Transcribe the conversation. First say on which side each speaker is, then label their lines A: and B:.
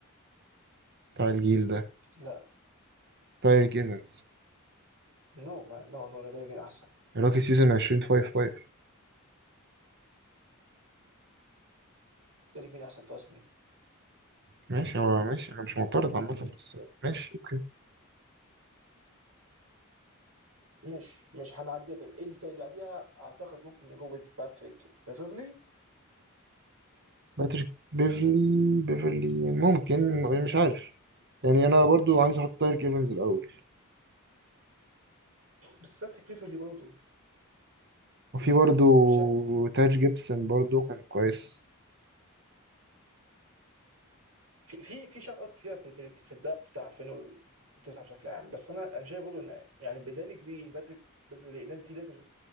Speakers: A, on the right; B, on the right.
A: بتاع الجيل ده
B: لا
A: تايريك ايفنز
B: نو ما نو نو نو داني جرين احسن
A: روكي سيزون 2055
B: داني جرين احسن تصميم
A: ماشي هو ماشي انا مش معترض عامه بس ماشي اوكي
B: مش مش هنعديها طيب ايه اللي طيب اللي بعديها اعتقد ممكن نجوز باتريك بيفرلي
A: باتريك بيفرلي بيفرلي ممكن مش عارف يعني انا برضو عايز احط تايريك ايفنز الاول
B: بس باتريك بيفرلي برضه
A: وفي برضو
B: مش عارف
A: تاج جيبسون برضو كان كويس
B: في في في شوت اوت كتير في في, في الدرافت بتاع 2009 بشكل عام بس انا انا شايف برضه ان يعني بداني جرين باتريك بيفرلي الناس دي لازم